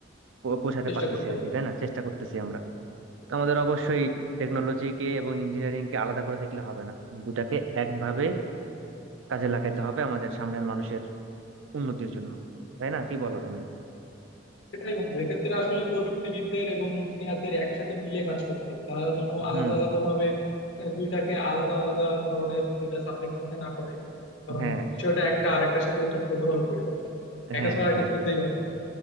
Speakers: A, on the right; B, on the left.
A: পৌ- পৌঁছাতে
B: চেষ্টা
A: পারতেছি
B: করতে
A: আর
B: পারি
A: কি তাই না চেষ্টা করতেছি আমরা তো আমাদের অবশ্যই টেকনোলজিকে এবং ইঞ্জিনিয়ারিং কে আলাদা করে দেখলে হবে না দুটাকে একভাবে কাজে লাগাতে হবে আমাদের সামনের মানুষের উন্নতির জন্য তাই না কি বলো তুমি
B: সেটাই বন্ধু এক্ষেত্রে আসলে প্রযুক্তিবিদদের এবং ইঞ্জিনিয়ারদের একসাথে মিলে কাজ করতে হবে তারা যেন
A: হুম
B: আলাদা আলাদা ভাবে আহ, দুইটাকে আলাদা আলাদা ধরনের দুইটা সাবজেক্ট মনে না করে কারণ
A: হ্যাঁ
B: বিষয়টা একটা আরেকটার সাথে ওতপ্রোতভাবে জড়িত আসলে একটা
A: হ্যাঁ
B: ছাড়া একটা
A: হ্যাঁ
B: চলতেই পারে না।